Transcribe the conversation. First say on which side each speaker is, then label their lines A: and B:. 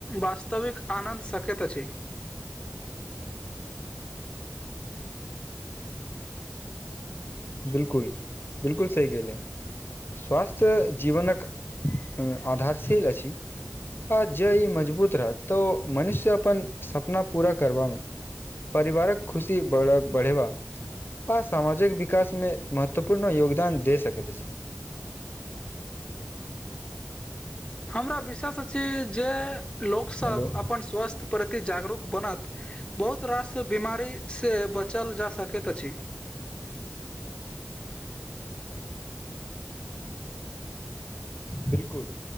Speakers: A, on the left; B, on the left.
A: वास्तविक आनन्द सकैत अछि।
B: बिल्कूल बिल्कूल सही केहलै। स्वास्थ्य जीवन कऽ आधारशील अछि। आ जे ई मजबूत रहत तऽ मनुष्य अपन सपना पूरा करबामे। परिवारक खुशी बढ़े बढ़ेबा आ सामाजिक विकासमे महत्वपूर्ण योगदान दे सकैत अछि।
A: हमरा विशवास अछि। जे लोकसभ
B: हेलो
A: अपन स्वास्थ्य प्रति जागरूक बनत। बहुत रास बीमारीसे बचल जा सकैत अछि। <inaudible>
B: बिल्कूल।